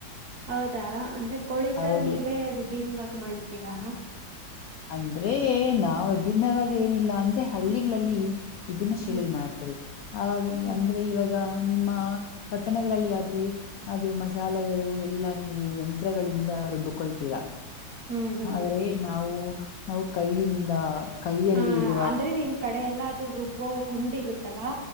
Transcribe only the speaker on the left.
ಹೌದು
ಅಂದ್ರೆ ನಾವ ವಿಭಿನ್ನವಾಗಿ ಏನಿಲ್ಲ ಅಂದ್ರೆ ಹಳ್ಳಿಗಳಲ್ಲಿ ವಿಭಿನ್ನ ಶೈಲಲಿ
ಮಾಡ್ತಾರೆ ಆಾಗ
ಅಂದ್ರೆ ಇವಾಗ ನಿಮ್ಮ ಪಟ್ಟಣಗಳಲ್ಲಿ
ಆದ್ರೆ ಅದು ಮಸಾಲೆಗಳು ಎಲ್ಲಾ ನೀವು ಯಂತ್ರಗಳಿಂದ ರುಬ್ಕೊಳ್ತೀರಾ
ಆದ್ರೆ ನಾವು ನಾವು ಕೈಯಿಂದ ಕೈಯಲ್ಲಿ
ಇರುವ